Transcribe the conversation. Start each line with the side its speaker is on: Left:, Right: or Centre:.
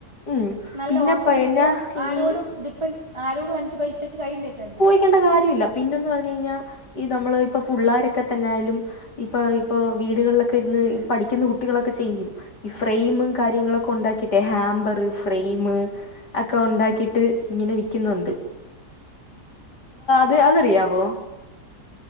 Left: ഊം
Right: നല്ല
Left: പിന്നെ
Right: ഓർഡറും
Left: പയ്നാ
Right: കിട്ടും ആരോടും
Left: ഈ
Right: ഡിപ്പെൻ ആരോടും അഞ്ച് പൈസയ്ക്ക് കൈ ന്നീട്ടണ്ടാ
Left: ക്കെണ്ട കാര്യും ല്ല പിന്നന്ന് പറഞ്ഞ് കഴിഞ്ഞാ ഈ നമ്മള് ഇപ്പ പുള്ളാരൊക്കെ തന്നെ ആയാലും ഇപ്പൊ ഇപ്പൊ വീടുകള്ലൊക്കെ ഇര്ന്ന് പഠിക്കുന്ന കുട്ടികളൊക്കെ ചെയ്യും ഈ ഫ്രെയിമും കാര്യങ്ങളൊക്കെ ഉണ്ടാക്കിട്ടെ ഹാമ്പർ ഫ്രെയിമ ഒക്കെ ഉണ്ടാക്കി ക്കിട്ട് ഇങ്ങനെ വിക്കുന്നുണ്ട് ത് അതറിയാവോ